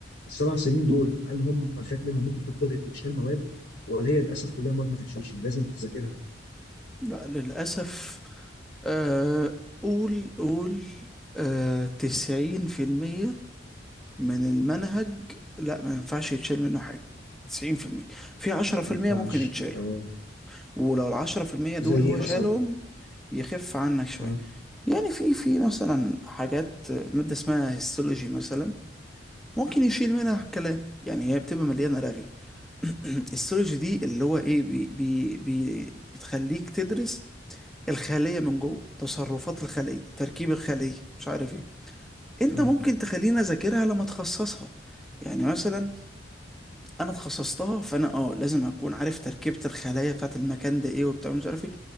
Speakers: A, on the left; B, in the centre.
A: السبع سنين دول هل هم فات منهم ممكن تضغط وتشال مواد ولا هي للاسف كلها مواد ما تتشالش لازم تذاكرها
B: لا للأسف آه، قول قول آه، تسعين في المية من المنهج لا ما ينفعش يتشال منه حاجة تسعين في المية في عشرة في
A: ما
B: المية
A: ينفعش
B: ممكن يتشالوا
A: اه
B: ولو العشرة في المية
A: زي
B: دول هو
A: ايه مثلا؟
B: شالهم يخف عنك شوية
A: اه
B: يعني في في مثلا حاجات مادة اسمها هيستولوجي مثلا ممكن يشيل منها الكلام يعني هي بتبقى مليانة رغي <clears throat> السيولوجي دي اللي هو ايه بي بي بي بتخليك تدرس الخلية من جوه تصرفات الخلية تركيب الخلية مش عارف ايه انت
A: اه
B: ممكن تخليني اذاكرها لما اتخصصها يعني مثلا انا اتخصصتها فانا اه لازم اكون عارف تركيبة الخلايا بتاعت المكان ده ايه وبتاع مش عارف ايه